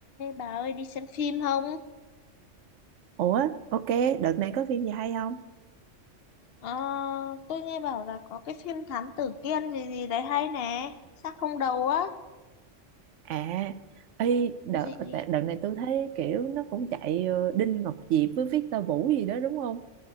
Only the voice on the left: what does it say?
Ê bà ơi đi xem phim không?
Ờ, tôi nghe bảo là có cái phim Thám Tử Kiên gì gì đấy hay nè, Xác không đầu á.
Gì?